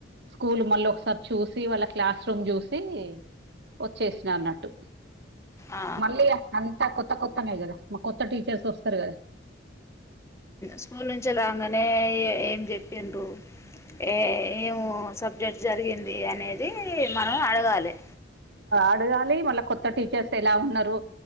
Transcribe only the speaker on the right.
స్కూల్ మళ్ళీ ఒకసారి చూసి వాళ్ళ క్లాస్ రూమ్ చూసి వచ్చేసిన అన్నట్టు
మళ్ళీ అంతా కొత్త కొత్తనే కదా విటీచస్ వస్తారు కద
అడగాలి మళ్ళ కొత్త టీచర్స్ ఎలా ఉన్నారు